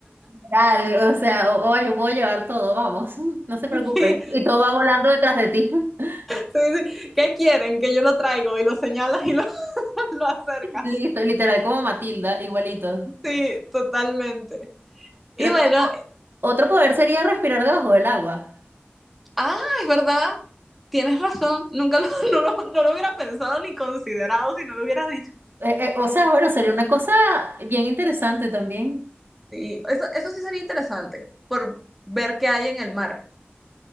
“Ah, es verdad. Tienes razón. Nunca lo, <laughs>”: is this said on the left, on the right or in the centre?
Centre